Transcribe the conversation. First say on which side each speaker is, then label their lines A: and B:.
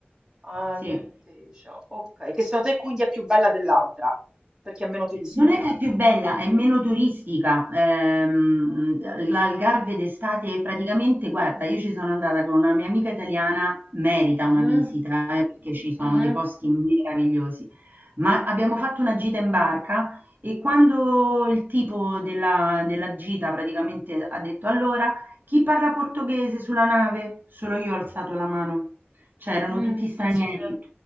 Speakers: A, on the right (about 15°); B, on the right (about 55°).
A: Ah,
B: Sì.
A: Lenteja. Ok, che secondo te quindi è più bella dell'altra, perché è meno turistica.
B: Non è che è più bella, è meno turistica. Ehm, l'Algarve d'estate praticamente, guarda, io ci sono andata con una mia amica italiana, merita
A: Mhm,
B: una visita, eh, perché ci sono
A: mhm.
B: dei posti meravigliosi. Ma abbiamo fatto una gita in barca e quando il tipo della, della gita praticamente ha detto allora, chi parla portoghese sulla nave? Solo io ho alzato la mano. C'erano
A: Mm,
B: tutti stranieri,
A: penso te,